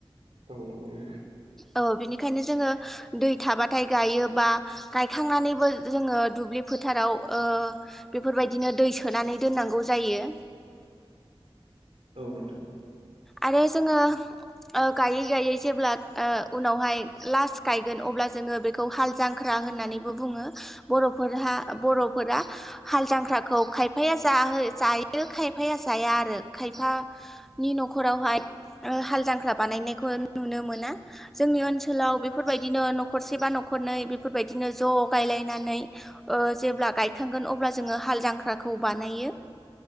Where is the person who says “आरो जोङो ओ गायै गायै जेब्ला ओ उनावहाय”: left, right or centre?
Centre